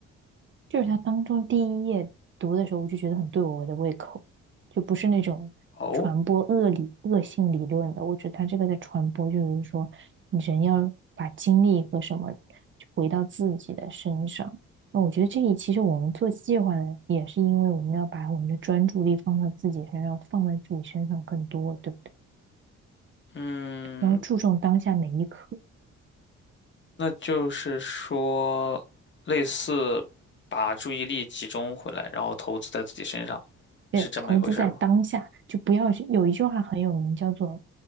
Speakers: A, on the right; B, on the left.
A: 就是它当中第一页读的时候，我就觉得很对我的胃口，就不是那种传播恶理恶性理论的。
B: 哦，
A: 我觉得他这个在传播，就是说人要把精力和什么回到自己的身上。那我觉得这一其实我们做计划呢，也是因为我们要把我们的专注力放到自己身上，放在自己身上更多，对不对？
B: 嗯。
A: 然后注重当下每一刻。
B: 那就是说，类似把注意力集中回来，然后投资在自己身上，
A: 对，
B: 是这么一回事吗？
A: 投资在当下，就不要去。有一句话很有名，叫做